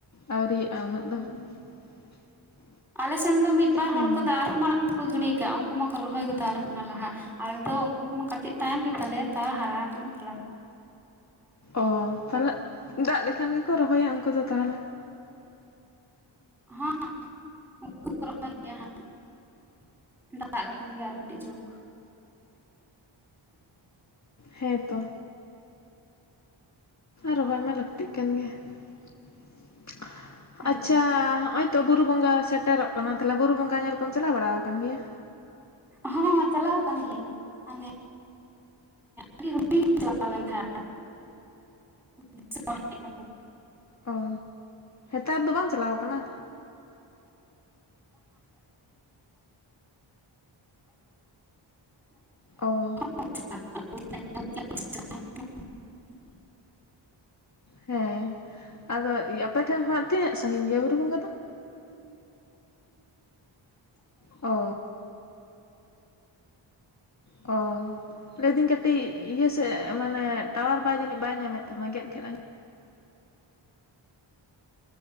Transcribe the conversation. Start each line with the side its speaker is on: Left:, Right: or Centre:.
Left: ᱟᱹᱣᱨᱤᱭᱟᱜᱼᱟ ᱩᱱᱟᱹᱜ
Centre: ᱠᱚ
Left: ᱫᱚ ᱾ <inaudible>
Centre: ᱟᱞᱮ ᱥᱮᱱ ᱫᱚ ᱢᱤᱫᱵᱟᱨ
Left: ᱦᱮᱸ
Centre: ᱦᱚᱲ ᱠᱚᱫᱚ ᱟᱨᱦᱚᱸ ᱢᱟᱲᱟᱝ ᱛᱮᱠᱚ ᱜᱤᱲᱤ ᱠᱟᱜᱼᱟ ᱩᱱᱠᱩ ᱢᱟᱠᱚ ᱨᱚᱦᱚᱭ ᱜᱚᱫᱟ ᱟᱞᱮ ᱠᱷᱚᱱᱟᱜ ᱞᱟᱦᱟ ᱾ ᱟᱞᱮ ᱫᱚ ᱩᱱᱠᱩ ᱠᱷᱚᱱ ᱠᱟᱹᱴᱤᱡ ᱛᱟᱭᱚᱢ ᱜᱮᱛᱟᱞᱮᱭᱟ ᱛᱟᱣ ᱦᱟᱨᱟ ᱠᱟᱱᱟ ᱛᱚᱞᱟ ᱫᱚ ᱾
Left: ᱚ ᱛᱟᱦᱚᱞᱮ ᱫᱟᱜ ᱞᱮᱠᱷᱟᱱ ᱜᱮᱠᱚ ᱨᱚᱦᱚᱭᱟ ᱩᱱᱠᱩ ᱫᱚ ᱛᱟᱦᱚᱞᱮ ᱾
Centre: ᱦᱚᱸ ᱩᱱᱠᱩ ᱫᱚ ᱠᱚ ᱨᱚᱦᱚᱭ ᱜᱮᱭᱟ ᱦᱟᱜ ᱾ ᱫᱟᱜ ᱞᱮᱠᱷᱟᱱ ᱜᱮ ᱟᱨ ᱠᱟᱹᱴᱤᱡ ᱡᱳᱨ
Left: ᱦᱮᱸ ᱛᱚ ᱨᱚᱦᱚᱭ ᱢᱟ ᱞᱟᱹᱠᱛᱤᱜ ᱠᱟᱱ ᱜᱮ ᱾
Centre: ᱦᱮᱸ
Left: ᱟᱪᱪᱷᱟ ᱦᱚᱜᱼᱚᱭ ᱛᱚ ᱵᱩᱨᱩ ᱵᱚᱸᱜᱟ ᱥᱮᱴᱮᱨᱚᱜ ᱠᱟᱱᱟ ᱾ ᱛᱟᱦᱚᱞᱮ ᱵᱩᱨᱩ ᱵᱚᱸᱜᱟ ᱧᱮᱞ ᱠᱚᱢ ᱪᱟᱞᱟᱣ ᱵᱟᱲᱟ ᱠᱟᱱ ᱜᱮᱭᱟ?
Centre: ᱦᱚᱸ ᱪᱟᱞᱟᱣ ᱠᱟᱱ ᱜᱤᱭᱟᱹᱧ ᱦᱟᱱᱮ ᱟᱹᱰᱤ ᱦᱩᱰᱤᱝ ᱨᱮ ᱪᱟᱞᱟᱣ ᱞᱮᱱ ᱛᱟᱦᱮᱱ, ᱫᱤᱥᱟᱹ ᱵᱟᱝ ᱦᱮᱡ ᱟᱹᱧ ᱠᱟᱱᱟ
Left: ᱚ ᱦᱮᱛᱟᱨ ᱫᱚ ᱵᱟᱢ ᱪᱟᱞᱟᱣ ᱠᱟᱱᱟ? ᱚ
Centre: <unintelligible>
Left: ᱦᱮᱸ ᱟᱫᱚ ᱟᱯᱮ ᱴᱷᱮᱱ ᱠᱷᱚᱱᱟᱜ ᱛᱤᱱᱟᱹᱜ ᱥᱟᱺᱜᱤᱧ ᱜᱮᱭᱟ ᱵᱩᱨᱩ ᱵᱚᱸᱜᱟ ᱫᱚ ᱚ ᱚ ᱞᱟᱹᱭᱫᱟᱹᱧ ᱠᱟᱹᱴᱤᱡ ᱤᱭᱟᱹ ᱥᱮᱫ ᱢᱟᱱᱮ ᱴᱟᱣᱟᱨ ᱵᱟᱭ ᱡᱟᱹᱱᱤᱡ ᱵᱟᱭ ᱧᱟᱢᱮᱫ ᱛᱟᱢᱟ ᱜᱮᱫ ᱜᱮᱫ ᱟᱡᱚᱢ